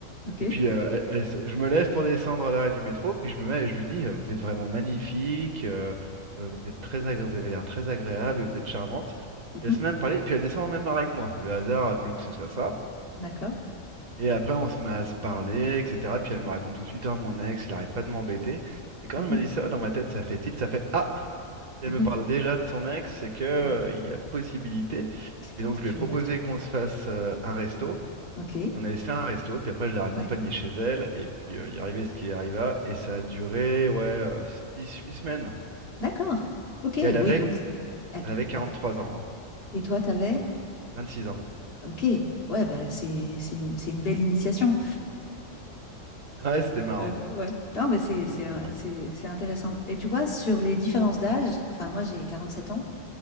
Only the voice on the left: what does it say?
OK.
Mhm.
D'accord.
Mhm.
Mhm.
Ouais.
C'est qu'il
y
a peut-être
une
ouverture.
OK.
Ouais.
D'accord. OK.
Oui,
donc. elle-
elle-
Et toi, t'avais?
Ok, ouais, bah c'est c'est une, c'est une belle initiation.
Euh, ouais, non, mais c'est c'est
un- c'est- c'est intéressant. Et tu vois, sur les différences d'âge, enfin, moi j'ai 47 ans,